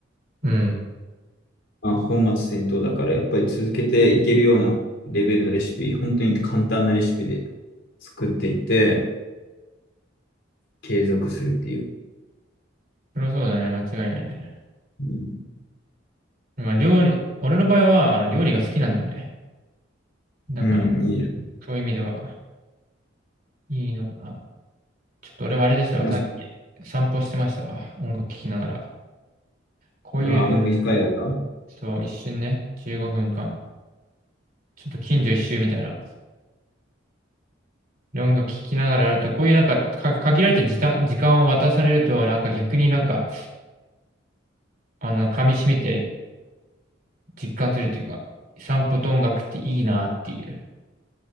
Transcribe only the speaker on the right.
うん。
そりゃそうだね、間違いないね。
まあ、料理、俺の場合は、あの、料理が好きなんだね。だから、
そういう意味では、いいのかな。ちょっと俺はあれでしたわ、
さっき散歩してましたわ、音楽聴きながら。こういう、
そう、一瞬ね、15分間、ちょっと近所一周みたいな。で音楽聴きながらやると、こういうなんか、か限られた時間、時間を渡されると、なんか逆になんか、あの、噛み締めて実感するというか、散歩と音楽っていいなっていう。